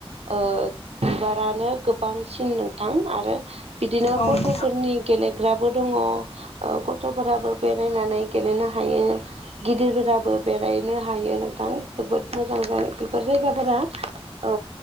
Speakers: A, on the right; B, on the left.
A: ओ बिबारानो गोबांसिन नोंथां आरो बिदिनो
B: औ
A: गथ'फोरनि
B: नोंथां औ नोंथां
A: गेलेग्राबो दङ गथ'फोराबो बेरायनानै गेलेनो हायो गिदिरफोराबो बेरायनो हायो नोंथां जोबोद मोजां जायो बेफोर जायगाफोरा औ